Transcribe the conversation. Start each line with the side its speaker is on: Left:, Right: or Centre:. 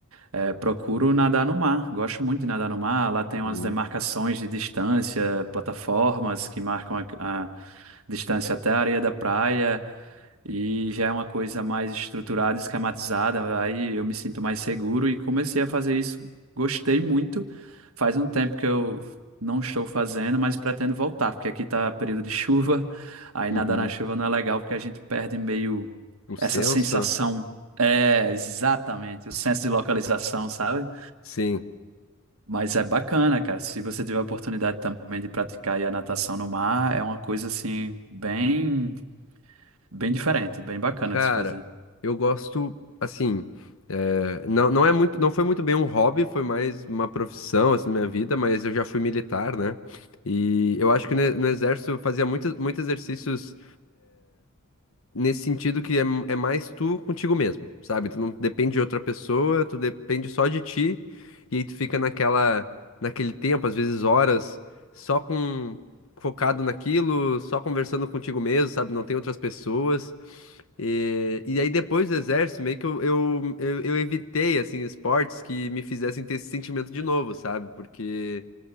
Right: é, procuro nadar no mar. Gosto muito de nadar no mar. Lá tem
Left: uhum.
Right: umas demarcações de distância, plataformas que marcam a, a distância até a areia da praia. E já é uma coisa mais estruturada, esquematizada. Aí eu me sinto mais seguro e comecei a fazer isso. Gostei muito. Faz um tempo que eu não estou fazendo, mas pretendo voltar, porque aqui está período de chuva. Aí
Left: Uhum.
Right: nadar na chuva não é legal, porque a gente perde meio
Left: O senso?
Right: essa sensação. É, exatamente, o senso de localização, sabe?
Left: Sim.
Right: Mas é bacana, cara. Se você tiver a oportunidade também de praticar aí a natação no mar, é uma coisa assim bem, bem diferente, bem bacana
Left: Cara,
Right: de se fazer.
Left: eu gosto, assim, é, não, não é muito, não foi muito bem um hobby, foi mais uma profissão, assim, na minha vida, mas eu já fui militar, né? E eu acho que no, no exército eu fazia muitos, muitos exercícios nesse sentido que é, é mais tu contigo mesmo, sabe? Tu não depende de outra pessoa, tu depende só de ti, e aí tu fica naquela, naquele tempo, às vezes horas, só com focado naquilo, só conversando contigo mesmo, sabe? Não tem outras pessoas. E, e aí depois do exército, meio que eu, eu, eu, eu evitei, assim, esportes que me fizessem ter esse sentimento de novo, sabe? Porque